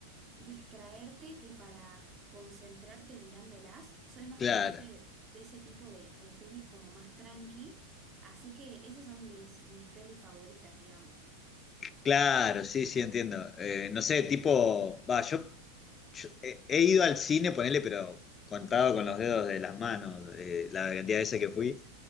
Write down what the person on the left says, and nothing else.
claro.
Claro, sí, sí, entiendo. Eh, no sé, tipo, va, yo, yo he he ido al cine, ponele, pero contado con los dedos de las manos, eh, la cantidad de veces que fui.